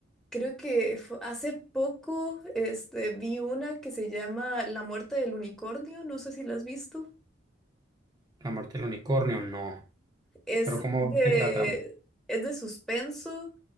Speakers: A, in the centre; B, on the right.
A: creo que fu- hace poco este, vi una que se llama La muerte del unicornio, no sé si la has visto.
B: La muerte del unicornio, no.
A: Es
B: Pero ¿cómo
A: de,
B: se trata?
A: es de suspenso